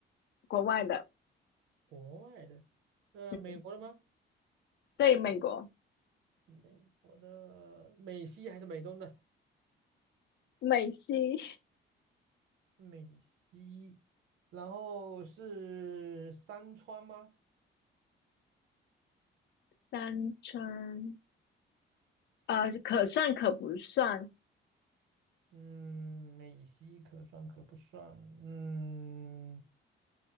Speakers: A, on the left; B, on the right.
A: 国外的。
B: 国外的，呃，
A: 嗯。
B: 美国的吗？
A: 对，美国
B: 美国的，美西还是美东的？
A: 美西
B: 美西，然后是山川吗？
A: 三川，呃，可算可不算
B: 嗯，美西可算可不算？嗯